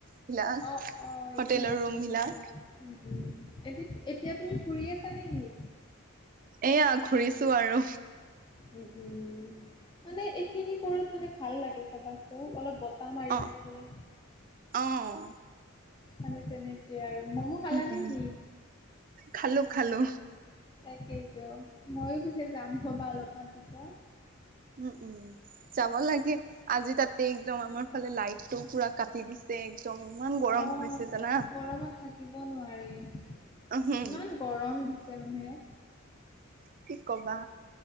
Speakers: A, on the right (about 40°); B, on the left (about 20°).
A: বিলাক
B: অ', অ'
A: হোটেলৰ
B: এদিন যাম
A: ৰুম বিলাক
B: দিয়া উম, উম। এ এতিয়া তুমি ফুৰি আছা নে কি?
A: এয়া ঘুৰিছো আৰু
B: উম, উম মানে এইখিনি কৰত মানে ভাল লাগে চাবা চ অলপ মাৰি
A: আহ,
B: থাকে
A: আহ।
B: মানে তেনেকে আৰু মমো খালা
A: উম
B: নে কি?
A: খালো খালো।
B: তাকেইতো ময়ো পিছে যাম ৰ'বা অলপমান পিছত।
A: উম, উম যাব লাগে আজি তাতে একদম আমাৰ ফালে লাইটটো পুৰা কাটি দিছে একদম ইমান গৰম
B: অ',
A: হৈছে জানা
B: গৰমত থাকিব নোৱাৰি। ইমান
A: উম
B: গৰম দিছে মানে।
A: কি কবা